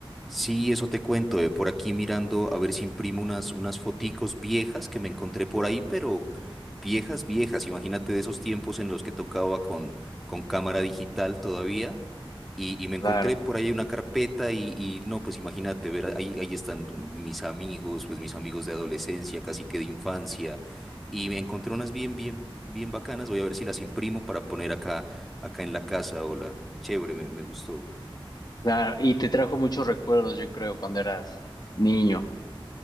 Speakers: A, in the centre; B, on the left (about 50°).
A: Sí, eso te cuento, eh, por aquí mirando a ver si imprimo unas, unas foticos viejas que me encontré por ahí, pero viejas, viejas. Imagínate de esos tiempos en los que tocaba con, con cámara digital todavía. Y, y me encontré
B: Claro,
A: por ahí una carpeta y, y no, pues imagínate, ver, ahí, ahí están mis amigos, pues mis amigos de adolescencia, casi que de infancia. Y me encontré unas bien, bien, bien bacanas. Voy a ver si las imprimo para poner acá, acá en la casa. Hola, chévere, me, me gustó.
B: claro. Y te trajo muchos recuerdos, yo creo, cuando eras niño.